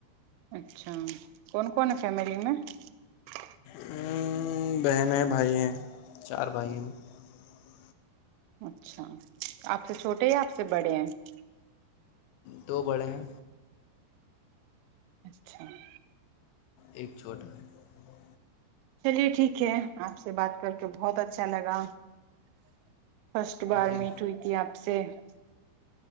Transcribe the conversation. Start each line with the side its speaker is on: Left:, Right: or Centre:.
Right: اچھا کون کون فیملی میں <unintelligible>
Left: ہوں، بہن ہیں بھائی ہیں چار بھائی ہیں <unintelligible>
Right: اچھا آپ سے چھوٹے یا آپ سے بڑے ہیں <unintelligible>
Left: تو <unintelligible> وڑے <unintelligible>
Right: اچھا <unintelligible>
Left: ایک چھوٹا ہے <unintelligible>
Right: چلیے ٹھیک ہے آپ سے بات کر کے بہت اچھا لگا <unintelligible> فسٹ بار
Left: جی
Right: میٹ ہوئی تھی آپ سے <unintelligible>